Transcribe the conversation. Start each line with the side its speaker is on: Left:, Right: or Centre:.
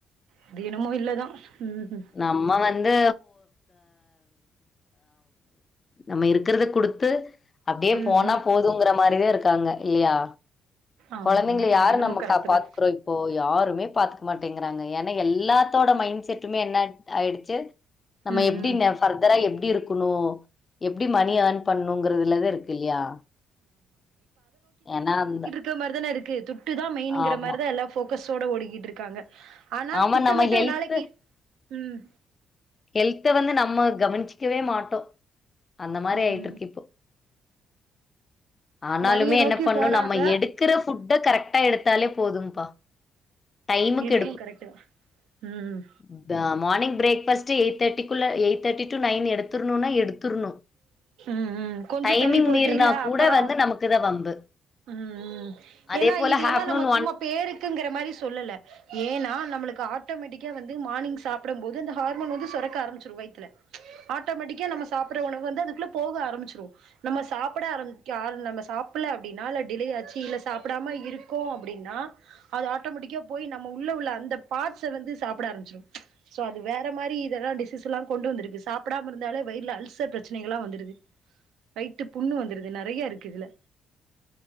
Right: அது என்னமோ இல்லதா ம் ம்
Left: நம்ம வந்து நம்ம இருக்கிறத குடுத்து அப்டியே போனா
Right: ம்ஹும்
Left: போதுங்கிற மாரிதா இருக்காங்க இல்லையா
Right: ஆமா
Left: கொழந்தைங்கள
Right: ஆமா அது
Left: யாரு
Right: என்னமோ
Left: நம்ம
Right: கரெக்ட்
Left: கா பாத்துக்றோம்
Right: தா
Left: இப்போ யாருமே பாத்துக்க மாட்டேங்றாங்க ஏனா எல்லாத்தோட மைண்ட் செட்டுமே என்ன அட் ஆயிடுச்சு நம்ம
Right: ம்
Left: எப்டி
Right: ம்
Left: இந்த ஃபர்தரா எப்டி இருக்குணு எப்டி மணி ஏர் ன் பண்ணுங்றதுலதா இருக்கு இல்லையா ஏனா அந்த
Right: க்க மாரி தானே இருக்கு துட்டு தா மெயினுங்ற
Left: ஆமா
Right: மாரி தா எல்லா போக்கஸோட ஓடிக்கிட்டு இருக்காங்க ஆனா
Left: ஆமா
Right: துட்டு
Left: நம்ம
Right: மட்டு
Left: ஹெல்த்
Right: நாளக்கி ம்
Left: ஹெல்த்த வந்து நம்ம கவனிச்சிக்கவே மாட்டோ அந்த மாரி
Right: ம்
Left: ஆயிட்ருக்கு இப்போ ஆனாலுமே
Right: மணிய நோக்கி
Left: என்ன பண்ணு
Right: போறாங்க
Left: நம்ம எடுக்கிற ஃபுட்ட கரெட்டா எடுத்தாலே போதும்பா டைமுக்கு
Right: என்னமோ கரெட்டு தா ம்
Left: இந்த மார்னிங் பிரேக்ஃபஸ்ட்டு எயிட் தேர்ட்டிக்குள்ள எய்ட் தேர்ட்டி டூ நைன் எடுத்துர்ணுனா எடுத்துர்ணு
Right: ம் கொஞ்ச
Left: டைமிங்
Right: தள்ளி போயிட்டு
Left: மீறினா
Right: இல்ல
Left: கூட
Right: அப்பறோ
Left: வந்து நமக்கு தான் வம்பு.
Right: ம் ம்
Left: அதே
Right: ஏனா
Left: போல
Right: இது எல்லா
Left: ஆஃப்டர்நூன்
Right: நம்ம சும்மா பேருக்குங்கிற மாரி சொல்லல ஏனா நம்மளுக்கு ஆட்டோமேட்டிக்கா வந்து மார்னிங் சாப்பிடம் போது அந்த ஹார்மோன் வந்து சொரக்க ஆரம்மிச்சிரு வயித்துல ஆட்டோமேட்டிக்கா நம்ம சாப்பிட்ற உணவு வந்து அதுக்குள்ள போக ஆரம்மிச்சிரு நம்ம சாப்புட ஆரம்பிக்க ஆர் நம்ம சாப்பிட்ல அப்டினா இல்ல டிலே ஆச்சு இல்ல சாப்பிடாம இருகோ அப்டினா அது ஆட்டோமேட்டிக்கா போய் நம்ம உள்ள உள்ள அந்த பாட்ஸ வந்து சாப்பிட ஆரம்மிச்சிரு சோ அது வேற மாரி இதெல்லா டிசீஸ்லா கொண்டு வந்திருக்கு சாப்பிடாம இருந்தாலே வயிறுல அல்சர் பிரச்சனைகள்லா வந்து துருது வயித்து புண்ணு வந்துருது நெறையா இருக்கு இதுல